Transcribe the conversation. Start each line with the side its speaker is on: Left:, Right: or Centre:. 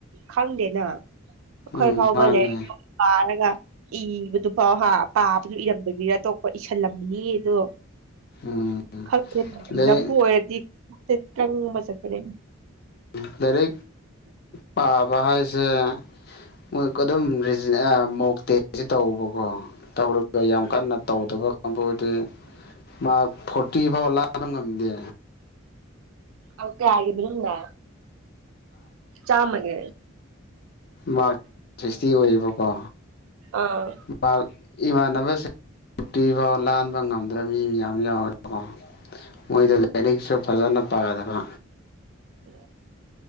Right: ꯈꯪꯗꯦꯅ ꯑꯩꯈꯣꯏ
Left: ꯎꯝ
Right: ꯐꯥꯎꯕ
Left: ꯃꯥꯅꯦ
Right: ꯂꯥꯏꯔꯤꯛ ꯄꯥꯔꯒ ꯏꯕꯗꯨ ꯐꯥꯎ ꯍꯥ ꯄꯥꯕꯗꯨ ꯏꯔꯝꯕꯒꯤꯗ ꯑꯇꯣꯞꯄ ꯏꯁꯤꯜꯂꯝꯕꯅꯤ ꯑꯗꯣ
Left: ꯎꯝ
Right: ꯈꯪꯦ
Left: ꯂꯥꯏꯔꯤꯛ
Right: ꯂꯝꯕꯨ ꯑꯣꯏꯔꯗꯤ ꯇ ꯑꯃ ꯆꯠꯄꯅꯦ
Left: ꯝ ꯗꯔ ꯄꯥꯕ ꯍꯥꯏꯁꯦ ꯃꯣꯏ ꯑꯗꯨꯝ ꯃꯣꯛꯇꯦꯁ ꯇꯧꯕꯀꯣ ꯇꯧꯔꯒ ꯌꯥꯝ ꯀꯟꯅ ꯇꯧꯗꯕ ꯑꯗꯨꯕꯨꯗꯤ ꯃꯥ ꯐꯣꯔꯇꯤ ꯐꯥꯎ ꯂꯥꯥꯟꯕ ꯉꯝꯗꯦ
Right: ꯑꯣ ꯀꯦ ꯍꯥꯏꯗ ꯆꯃꯒꯦ
Left: ꯃꯥꯔꯛꯁ ꯁꯤꯛꯁꯇꯤ ꯑꯣꯏꯌꯦꯕꯀꯣ
Right: ꯑꯥ
Left: ꯃꯥꯔꯛ ꯏꯃꯥꯟꯅꯕꯁꯤꯡ ꯇꯨꯔꯇꯤ ꯐꯥꯎ ꯂꯥꯟꯕ ꯉꯝꯗ꯭ꯔꯕ ꯃꯤ ꯃꯌꯥꯝ ꯌꯥꯎꯋꯦꯕꯀꯣ ꯃꯣꯏꯗ ꯂꯥꯏꯔꯤꯛꯁꯨ ꯐꯖꯅ ꯄꯥꯗꯕ
Right: ꯎ